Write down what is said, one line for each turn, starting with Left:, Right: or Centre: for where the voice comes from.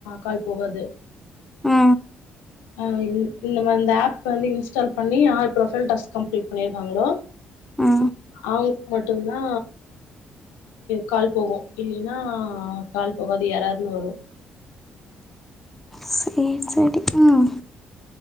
Left: கால் போகாது
Centre: ஆ
Left: ஆ இந் இந்த நம்ம ஆப் வந்து இன்ஸ்டால் பண்ணி யார் ப்ரொஃபைல் டாஸ்க் கம்ப்ளீட் பண்ணியிருக்காங்களோ
Centre: ஆ
Left: அவங்கக்கு மட்டுதா கால் போகு இல்லினா கால் போகாது எரர்னு வரு
Centre: சே சேரி ம்